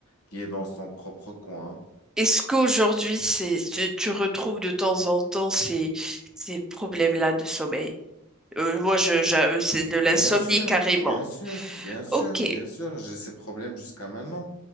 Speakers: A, on the left; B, in the centre.
A: qui est dans son propre coin.
B: est-ce qu'aujourd'hui, c'est, tu, tu retrouves de temps en temps ces, ces problèmes-là de sommeil? Euh, moi, je, je- c'est de l'insomnie
A: Bien sûr,
B: carrément.
A: bien sûr, bien sûr,
B: Ok,
A: bien sûr, j'ai ces problèmes jusqu'à maintenant.